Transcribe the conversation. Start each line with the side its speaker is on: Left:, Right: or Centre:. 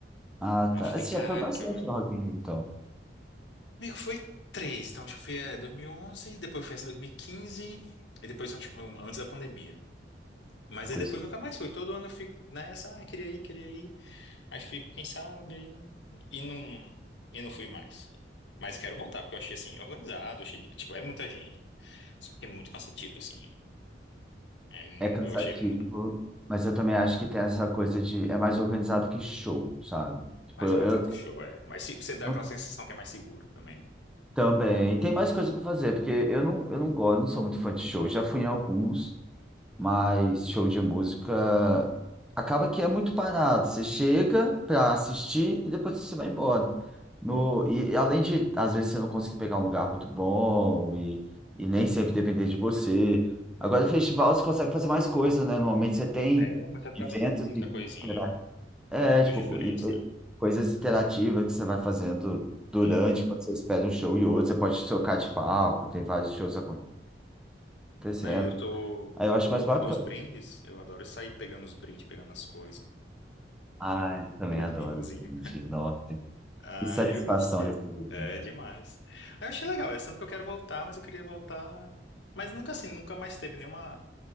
Centre: ah, tá.
Left: Aí eu falei,
Centre: esse
Left: caralho,
Centre: já foi bastante
Left: que ódio.
Centre: no Rock in Rio, então.
Left: Meio que foi três. Então, acho que eu fui é, 2011, depois eu fui essa 2015, e quinze, e depois eu acho que foi um- antes da pandemia. Mas
Centre: Então,
Left: aí depois nunca mais fui. Todo ano eu fico nessa, ah, queria ir, queria ir. Aí fico, quem sabe, aí não, e não, e não fui mais. Mas quero voltar, porque eu achei assim, organizado, achei, de- tipo, é muita gente, só que é muito cansativo, assim. É mu-
Centre: É cansativo,
Left: eu achei muito
Centre: mas eu também acho que tem essa coisa de... É mais organizado que show, sabe? Tipo,
Left: mais
Centre: eu,
Left: organizado que show, é. Mas se- você dá
Centre: eu-
Left: aquela sensação que é mais seguro também, né?
Centre: também. Tem mais coisa pra fazer, porque eu não, eu não gosto, eu não sou muito fã de show. Já fui em alguns, Mas show de música acaba que é muito parado. Você chega para assistir e depois você vai embora. No, e e além de, às vezes, você não conseguir pegar um lugar muito bom e, e nem sempre depender de você. Agora, em festival, você consegue fazer mais coisa, né? Normalmente você tem
Left: É, muita atração,
Centre: eventos
Left: muita
Centre: e
Left: coisinha,
Centre: intera- é,
Left: poucos
Centre: tipo,
Left: diferentes,
Centre: co- e- e
Left: né?
Centre: coisas interativas que você vai fazendo durante,
Left: Uhum.
Centre: quando você espera um show e outro. Você pode trocar de palco, tem vários shows acontecendo.
Left: Não, e eu sou
Centre: Aí eu acho
Left: o louco
Centre: mais bacana.
Left: dos brindes. Eu adoro sair pegando os brindes, pegando as coisas. <laughs>
Centre: Ai, eu também
Left: O
Centre: adoro,
Left: mimosinho.
Centre: gente. Nossa,
Left: Ah,
Centre: que satisfação
Left: eu gostei.
Centre: receber. isso.
Left: É demais. Aí eu achei legal. É tanto que eu quero voltar, mas eu queria voltar. Mas nunca assim, nunca mais teve nenhuma